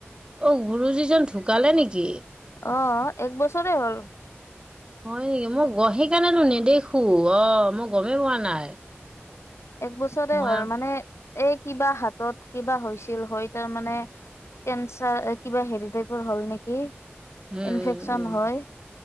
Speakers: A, on the right; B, on the left.
A: অ', গুৰো যিজন ঢুকালে নেকি
B: অ এক বছৰে হ'ল
A: হয় নেকি মোক অ', সেইকাৰণেতো নেদেখো অ', মই গমেই পোৱা নাই।
B: এক বছৰে
A: মই
B: হ'ল মানে এই কিবা হাতত কিবা হৈছিল হয়, তাৰ মানে কেঞ্চাৰ কিবা হেৰি টাইপৰ হ'ল নেকি?
A: উম,
B: ইনফেকচন
A: উম, উম,
B: হয়